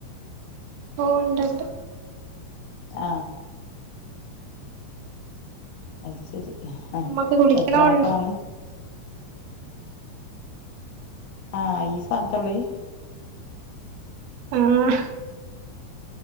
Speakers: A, on the right; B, on the left.
A: ഓ ഉണ്ട്ഉണ്ട്
B: ആ അത് ശരി
A: മമ്മക്ക് കുളിക്കണ്
B: എത്ര
A: ഉള്ളൂ
B: മക്കളാണ് ആ ഈ സമയത്തെ കുളി
A: ആഹ്